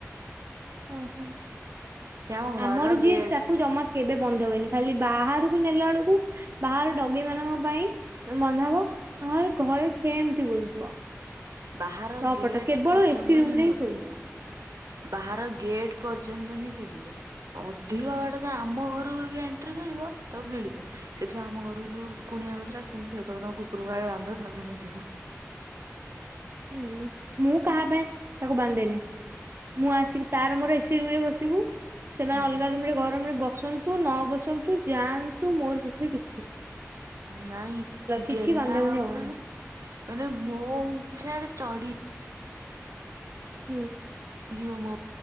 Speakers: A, on the right; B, on the right.
A: ଓ ହୋ।
B: ସେ ଆମ ଘରର
A: ଆମର ଯିଏ
B: ଗେଟ
A: ତାକୁ ଜମା କେବେ ବନ୍ଧ ହୁଏନି ଖାଲି ବାହାରକୁ ନେଲା ବେଳକୁ ବାହାର ଡଗି ମାନଙ୍କ ପାଇଁ ବନ୍ଧା ହବ ନହେଲେ ଘରେ ସେମତି ବୁଲୁଥିବ।
B: ବାହାର
A: ତପଟ
B: ଗେଟ୍
A: କେବଳ
B: ପର୍ଯ୍ୟନ୍ତ
A: ଏସିି ରୁମ ରେ
B: ନବୁ
A: ହିଁ ଶୋଇବ।
B: ବାହାର ଗେଟ୍ ପର୍ଯ୍ୟନ୍ତ ହିଁ ସେ ଯିବେ ଅଧିକ ବାଟ ଯେ ଆମ ଘରକୁ ବି ଏଣ୍ଟ୍ରି କରିବ ତାକୁ ଗିଳିଦେବେ ସେଥିପାଇଁ ଆମ ଘରକୁ ଯୋଉ କୁଣିଆ ମୈତ୍ର ଆସନ୍ତି ସେ କହିବେ ତମ କୁକୁରକୁ ଆଗ ବାନ୍ଧ ତାପରେ ଆମେ ଯିବୁ।
A: ହୁଁ ମୁଁ କାହା ପାଇଁ ତାକୁ ବାନ୍ଧେନି। ମୁଁ ଆସିକି ତାର ମୋର ଏସି ରୁମରେ ବସିି ଯିବୁ ସେମାନେ
B: ହୁଁ
A: ଅଲଗା ରୁମ ରେ ଗରମରେ ବସନ୍ତୁ ନ ବସନ୍ତୁ ଯାଆନ୍ତୁ ମୋର ସେଥିରେ କି
B: ନାଇଁ
A: କିଛି
B: ଗେହ୍ଲା
A: ବାନ୍ଧା ବୁନ୍ଧି
B: ହବ
A: ହବନି
B: ମାନେ ମାନେ ମୋ ଛା ରେ ଚଢି
A: ହୁଁ।
B: <unintelligible> କିଛି